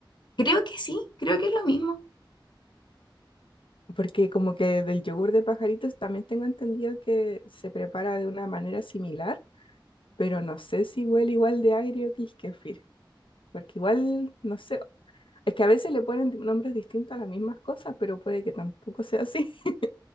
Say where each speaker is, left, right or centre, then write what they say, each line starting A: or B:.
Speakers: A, on the left; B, on the left.
A: Creo que sí, creo que es lo mismo.
B: Porque como que del yogur de pajaritos también tengo entendido que se prepara de una manera similar, pero no sé si huele igual de agrio que el kéfir, porque igual, no sé, es que a veces le ponen nombres distintos a las mismas cosas, pero puede que tampoco sea así. <laughs>